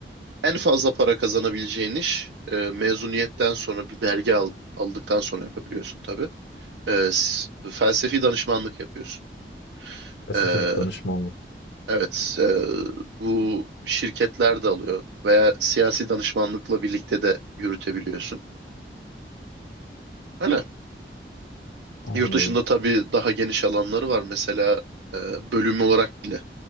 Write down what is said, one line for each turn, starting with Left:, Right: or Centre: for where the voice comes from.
Right: En fazla para kazanabileceğin iş e, mezuniyetten sonra bir belge al- aldıktan sonra yapabiliyorsun tabii. E, s- felsefi danışmanlık yapıyorsun.
Left: Felsefi
Right: E,
Left: danışmanlık.
Right: evet, e, bu şirketler de alıyor veya siyasi danışmanlıkla birlikte de yürütebiliyorsun. Öyle.
Left: Anladım.
Right: Yurt dışında tabii daha geniş alanları var. Mesela e, bölüm olarak bile.